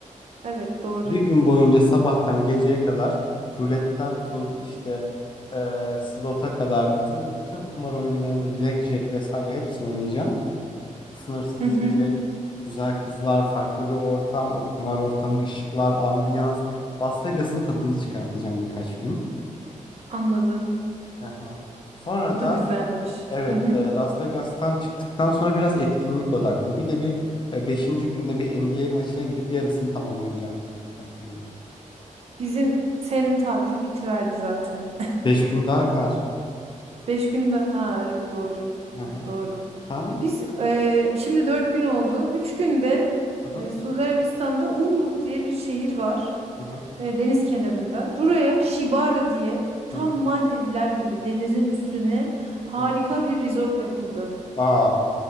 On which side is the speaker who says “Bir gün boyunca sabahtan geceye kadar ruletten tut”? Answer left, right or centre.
Left